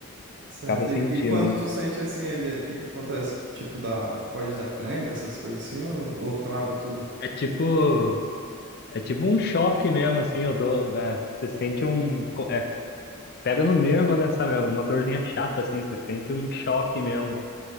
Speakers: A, on the right (about 50°); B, on the left (about 45°).
A: Certo.
B: Acaba sentindo,
A: E, e quando
B: né?
A: tu sente assim, ele, o que que acontece? Tipo, dá, pode dar cãibra, essas coisas assim, ou, ou trava tudo?
B: É tipo, é tipo um choque mesmo, assim, eu dou, é, você sente um, é, pega no nervo, né, sabe? É Uma dorzinha chata, assim, você sente um choque mesmo,